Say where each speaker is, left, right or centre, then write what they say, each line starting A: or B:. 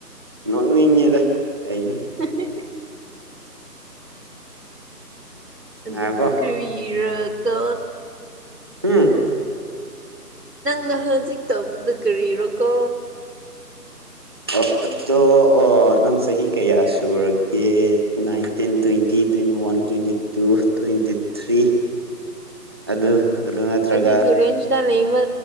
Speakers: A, on the right (about 15°); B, on the right (about 75°).
A: ꯅꯣꯛꯅꯤꯡꯉꯤꯗ ꯀꯩꯅꯣ
B: <unintelligible> ꯑꯗꯨꯗ
A: ꯉꯥꯏꯈꯣ
B: ꯀꯔꯤꯔꯒ
A: ꯍꯨꯝ
B: ꯅꯪꯅ ꯍꯧꯖꯤꯛ ꯇꯧꯕꯗꯣ ꯀꯔꯤꯔꯣꯀꯣ
A: ꯑꯣ ꯑꯗꯣ ꯑꯣ ꯅꯪ ꯆꯍꯤ ꯀꯌꯥ ꯁꯨꯔꯒꯦ ꯅꯥꯏꯟ ꯇꯤꯟ twenty twenty one twenty two twenty three ꯑꯗꯨ ꯑꯗꯨ ꯅꯠꯇ꯭ꯔꯒ
B: ꯑꯗꯨꯒꯤ ꯔꯦꯁ ꯇ ꯂꯩꯕ